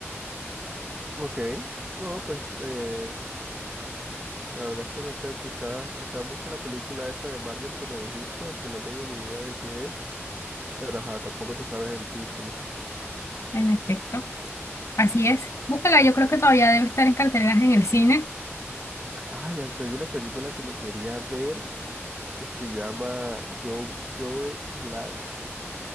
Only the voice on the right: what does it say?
Ok, no, pues eh, la verdad es que no sé, quizás, quizás busque la película esa de Marvel que me dijiste, aunque no tengo ni idea de qué es. Pero ajá, tampoco te sabes el título.
Ay, aunque hay una película que me quería ver que se llama Joe, Joe Black.